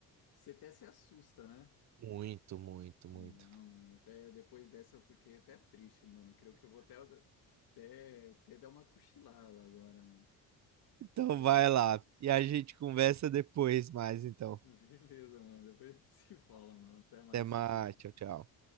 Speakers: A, on the left; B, on the right.
A: Você até se assusta, né?
B: <laughs> Muito, muito,
A: Não,
B: muito.
A: mano, até depois dessa eu fiquei até triste, mano. Creio que eu vou até, até, até dar uma cochilada agora, mano.
B: Então
A: Meu
B: vai lá.
A: Deus.
B: E a gente conversa depois mais, então.
A: <laughs> Beleza, mano. Depois a gente se fala, mano. Até mais,
B: Até mais.
A: se cuida.
B: Tchau, tchau.